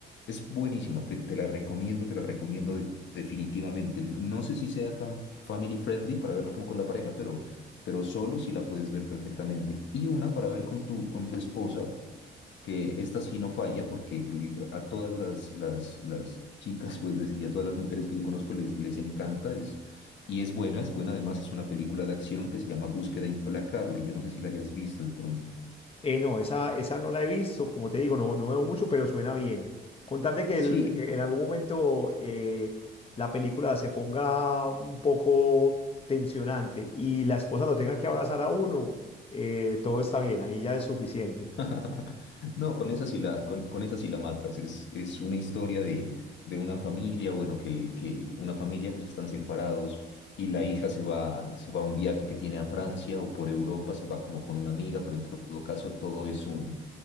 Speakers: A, on the left; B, on the left.
A: es buenísima, te, te la recomiendo, te la recomiendo de- definitivamente. No sé si sea tan family friendly para verla como con la pareja, pero, pero solo si la puedes ver perfectamente. Y una para ver con tu, con tu esposa que esta sí no falla, porque a todas las, las, las chicas pues, les- y a todas las mujeres que yo conozco les, les encanta, es, y es buena, es buena además, es una película de acción que se llama Búsqueda Implacable, yo no sé si la hayas visto de pronto.
B: Eh, no, esa, esa no la he visto, como te digo, no, no veo mucho, pero suena bien. Con tal de que el-
A: Sí,
B: eh, en algún momento eh, la película se ponga un poco tensionante y la esposa lo tenga que abrazar a uno, eh, todo está bien, ahí ya es suficiente.
A: <laughs> no, con esa sí la, con, con esa sí la matas, es, es una historia de, de una familia, bueno, que, el- que una familia pues que están separados. Y la hija se va, se va a un viaje que tiene a Francia o por Europa, se va como con una amiga, pero en todo caso todo es un,